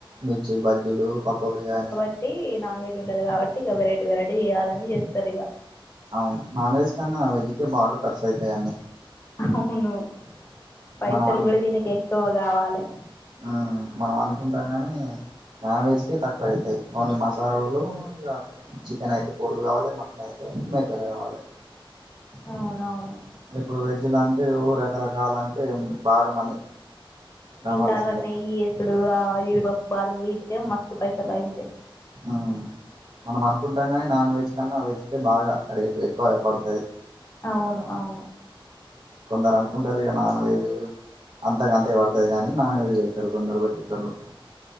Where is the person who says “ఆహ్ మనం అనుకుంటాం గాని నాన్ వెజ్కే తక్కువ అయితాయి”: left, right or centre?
Right